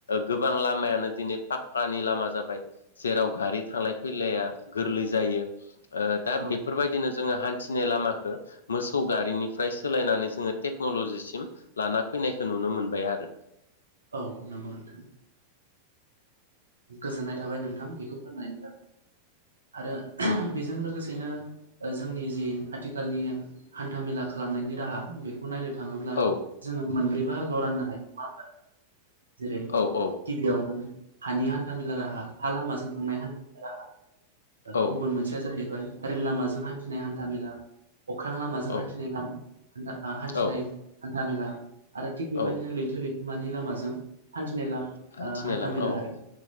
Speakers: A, on the left (about 70°); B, on the right (about 75°).
A: गोबां लामायानो दिनै पाक्कानि लामा जाबाय जेराव गारि थांलाय फैलाया गोरलै जायो ओ दा
B: औ
A: बेफोरबायदिनो जोङो हान्थिनाय लामाखौ मोसौ गारिनिफ्राय सोलायनानै जोङो टेक्न'ल'जिसिम लाना फैनायखौ नुनो मोनबाय आरो।
B: औ नंगौ नोंथां। गोजोननाय थाबाय नोंथां बेखौ फोरोंनायनि थाखाय आरो बेजों लोगोसेनो जोंनि जि आथिखालनि हान्थामेला खालामनायनि राहा बेखौ नायनो थाङोब्ला
A: औ
B: जोङो मोनब्रै बाहागोआव राननो हायो नङा होनबा नोंथां? जेरै
A: औ औ
B: गिबियावनो हानि हान्थामेला राहा हा लामाजों थांनाय हान्थामेला राहा।
A: औ
B: गुबुन मोनसेया जाहैबाय रेल लामाजों हान्थिनाय हान्थामेला। अख्रां लामाजों
A: औ
B: हान्थिनाय हान्थिनाय
A: औ
B: हान्थामेला। आरो थिग बेबायदिनो
A: औ
B: लैथो लैथोमानि लामाजों हान्थिनाय ला
A: हान्थिनाय
B: ओ हान्थामेला
A: लामा औ
B: आरो